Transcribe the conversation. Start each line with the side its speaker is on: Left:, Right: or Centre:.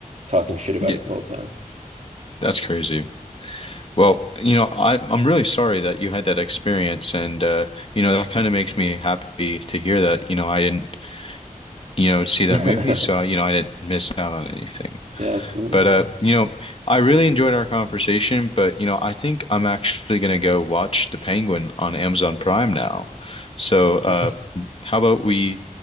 Right: talking shit about
Left: Yeah,
Right: it the whole time.
Left: that's crazy. Well, you know, I I'm really sorry that you had that experience and uh, you know, that kind of makes me happy to hear that, you know, I didn't, you know, see that
Right: <laughs>
Left: movie, so I, you know, I didn't miss out on anything.
Right: Yeah, absolutely,
Left: But
Right: man.
Left: uh, you know, I really enjoyed our conversation, but you know, I think I'm actually gonna go watch The Penguin on Amazon Prime now. So
Right: <laughs>
Left: uh how about we